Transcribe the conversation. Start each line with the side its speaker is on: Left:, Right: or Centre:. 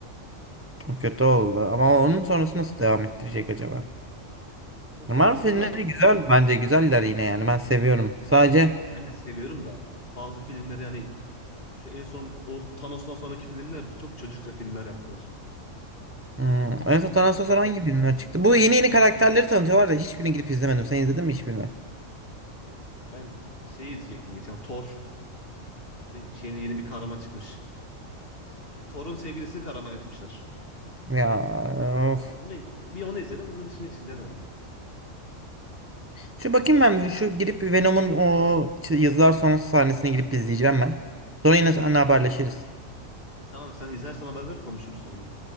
Right: Kötü oldu. Ama onun sonrası nasıl devam ettirecek acaba?
Left: Bunun sonrasında
Right: Marvel filmleri güzel bence. Güzeller yine yani. Ben seviyorum. Sadece
Left: ya ben de seviyorum da bazı filmleri hani şu en son o Thanos'tan sonraki filmde çok çocukça filmler yaptılar.
Right: Hmm. En
Left: Hani
Right: son Tanah
Left: o
Right: Sosor hangi filmler çıktı? Bu yeni yeni karakterleri tanıtıyorlar da hiçbirini gidip izlemedim. Sen izledin mi hiçbirini?
Left: ya ben şeyi izleyecektim geçen Thor şeyine yeni bir kahraman çıkmış. Thor'un sevgilisini kahraman yapmışlar.
Right: Ya of.
Left: Onu, bir onu izledim. Onun dışında hiç izlemedim.
Right: Şu bakayım ben bir, şu girip bir Venom'un o ç- yazılar sonrası sahnesini girip izleyeceğim ben. Sonra yine seninle haberleşiriz.
Left: Tamam sen izlersen haber ver konuşuruz sonra.